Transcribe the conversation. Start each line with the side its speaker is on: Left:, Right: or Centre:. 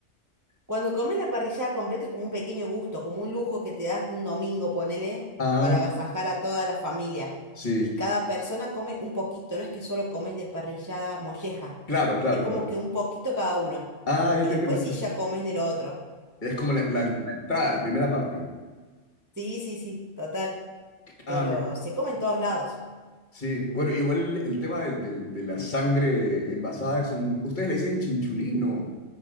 Right: Cuando comes la parrillada completa es como un pequeño gusto, como un lujo que te das un domingo, ponele,
Left: Ah,
Right: para agasajar a toda la familia.
Left: sí,
Right: Y cada persona come un poquito, no es que solo comes de parrillada molleja,
Left: claro, claro,
Right: es como
Left: claro.
Right: que un poquito cada uno.
Left: Ah, ya
Right: Y
Left: te
Right: después
Left: entiendo.
Right: sí ya comes de lo otro.
Left: Es como la, la- la entrada, la primera parte.
Right: Sí, sí, sí, total,
Left: Ah,
Right: pero
Left: mira,
Right: se come en todos lados.
Left: sí. Bueno, igual el tema del- del- de, la sangre envasada es un... ¿Ustedes le dicen chinchulín? No.